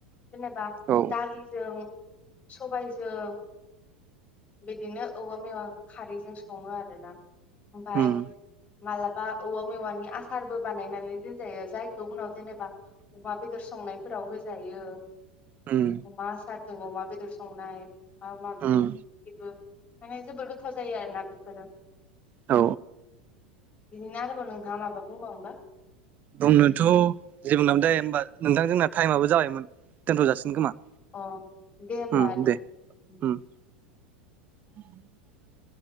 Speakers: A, on the left; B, on the right.
A: जेनेबा
B: औ
A: दालिजों सबायजों बिदिनो औवा मेवा खारैजों सङो आरोना ओमफाय
B: उम
A: मालाबा औवा मेवानि आसारबो बानायनानै दोनजायो जायखौ उनाव जेनेबा अमा बेदर संनायफोराव होजायो
B: उम
A: अमा आसारजों अमा बेदर संनाय माबा माबि
B: उम
A: बेबो माने जोबोर गोथाव जायो आरोना बेफोरो।
B: औ
A: बिदिनो आरोबाव नोंथाङा माबा बुंबावनोबा?
B: बुंनोथ' जेबो <unintelligible> दाया होमबा नोंथां जोंना टाइमाबो जाबायमोन दोनथ' जासिगोन खोमा
A: अ दे होमबा
B: उम दे
A: <unintelligible>
B: उम <inaudible>